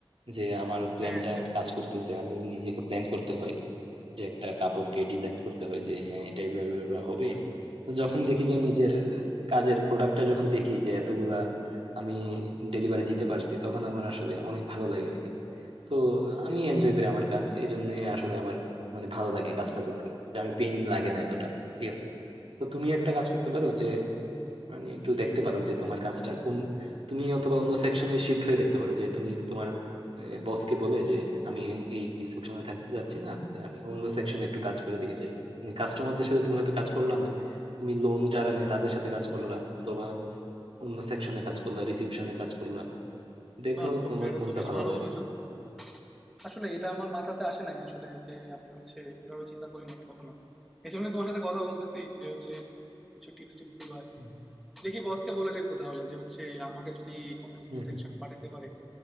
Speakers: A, on the right (about 75°); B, in the centre.
A: যে আমার প্ল্যানটা
B: হ্যাঁ সেটাই
A: কাজ করতেছে আমি নিজেকে প্ল্যান করতে হয় যে একটা কাপড়কে ডিজাইন করতে হয় যে হ্যাঁ এটা এইভাবে এইভাবে হবে তো যখন দেখি যে নিজের কাজের প্রোডাক্টটা যখন দেখি যে এতগুলা আমি ডেলিভারি দিতে পারছি তখন আমার আসলে অনেক ভালো লাগে আর কি তো আমি এনজয় করি আমার কাজ এই জন্য আসলে আমার মানে ভালো লাগে কাজটা করতে যে আমি পেইন লাগে না এতটা ঠিক আছে তো তুমি একটা কাজ করতে পারো যে মানে একটু দেখতে পারো যে তোমার কাজটা কোন তুমি অথবা অন্য সেকশনে শিফট হয়ে দেখতে পারো যে তুমি তোমার বসকে বলে যে আমি এই সেকশনে থাকতে যাচ্ছি না যে আমি অন্য সেকশনে একটু কাজ করে দেখে চাই মানে কাস্টমারদের সাথে তুমি হয়তো কাজ করলা না তুমি লোন যারা নেয় তাদের সাথে কাজ করলা অথবা অন্য সেকশনে কাজ করলা রিসিপশনে কাজ করলা দেখো
B: বাহ বন্ধু
A: তোমার
B: এটা
A: কোনটা
B: তো বেশ
A: ভালো
B: ভালো
A: লাগে
B: বলেছো তুমি আসলে এটা আমার মাথাতে আসে নাই আসলে যে আমি হচ্ছে এভাবে চিন্তা করি নাই কখনো এই জন্যই তোমার সাথে কথা বলতেছি যে হচ্ছে কিছু টিপস টিপস দিবা আর কি
A: হুম
B: দেখি বসকে বলে দেখবো তাহলে যে হচ্ছে আমাকে যদি অন্য কোনো
A: হুম
B: সেকশনে পাঠাতে পারে